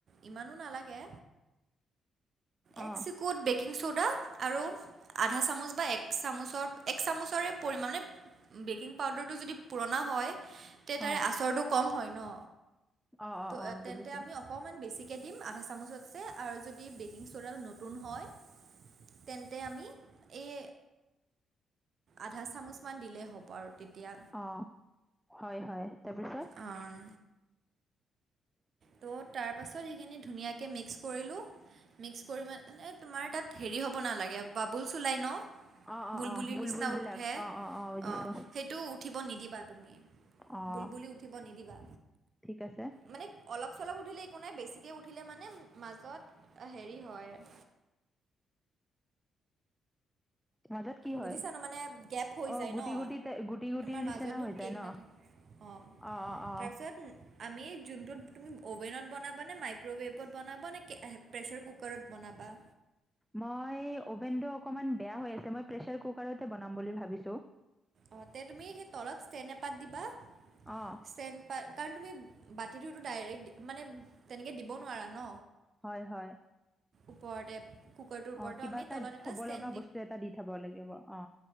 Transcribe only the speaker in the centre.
অ'
অ'
অ' অ'
অ' বুজিছোঁ
অ হয় হয় তাৰপিছত?
অ' অ'
অ' বুলবুলবিলাক
অ' বুজিছোঁ
অ'
ঠিক আছে
মাজত কি হয়?
অ
গুটি
গুটি টে গুটি গুটিৰ
নিচিনা
হৈ যায়
ন?
অ' অ' অ'
মই অভেনটো অকণমান বেয়া হৈ আছে, মই প্ৰেছাৰ কুকাৰতে বনাম বুলি ভাবিছো।
অঁ
হয় হয়।
অ, কিবা
এটা
থব
লগা বস্তু এটা দি থব লাগিব অ।